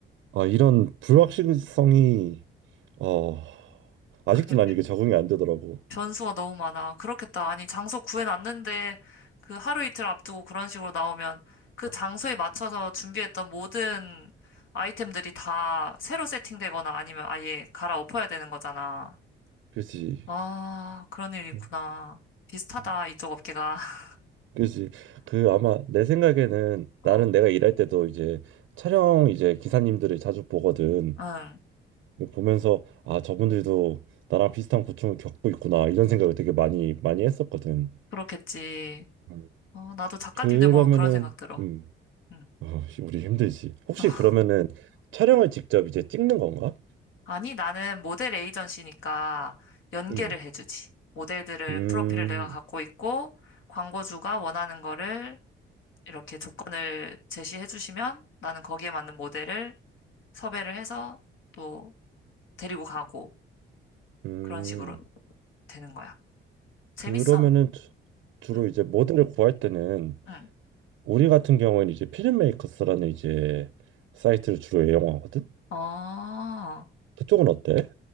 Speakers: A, on the right; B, on the left.
A: 아, 이런 불확실성이 어, 아직도
B: 그래.
A: 난
B: 변-
A: 이게 적응이 안 되더라고.
B: 변수가 너무 많아. 그렇겠다. 아니, 장소 구해놨는데 그 하루 이틀 앞두고 그런 식으로 나오면 그 장소에 맞춰서 준비했던 모든 아이템들이 다 새로 세팅되거나 아니면 아예 갈아엎어야 되는 거잖아.
A: 그렇지.
B: 아, 그런 일이 있구나.
A: 음,
B: 비슷하다,
A: 음.
B: 이쪽 업계가. <laughs>
A: 그렇지. 그 아마 내 생각에는
B: 어,
A: 나는 내가 일할 때도 이제 촬영 이제 기사님들을 자주 보거든.
B: 응,
A: 보면서 아, 저분들도 나랑 비슷한 고충을 겪고 있구나. 이런 생각을 되게 많이 많이 했었거든.
B: 그렇겠지.
A: 음.
B: 어, 나도 작가님들
A: 그러면은
B: 보면 그런 생각 들어.
A: 음.
B: 응.
A: 어, 씨, 우리 힘들지. 혹시
B: <laughs>
A: 그러면은 촬영을 직접 이제 찍는 건가?
B: 아니, 나는 모델 에이전시니까 연계를
A: 음.
B: 해주지. 모델들을,
A: 음.
B: 프로필을 내가 갖고 있고, 광고주가 원하는 거를 이렇게 조건을 제시해 주시면 나는 거기에 맞는 모델을 섭외를 해서 또 데리고 가고,
A: 음.
B: 그런 식으로 되는 거야. 재밌어?
A: 그러면은 주- 주로
B: 응,
A: 이제 모델을 구할 때는
B: 응.
A: 우리 같은 경우에는 이제 필름메이커스라는 이제 사이트를 주로 이용하거든.
B: 어,
A: 그쪽은 어때?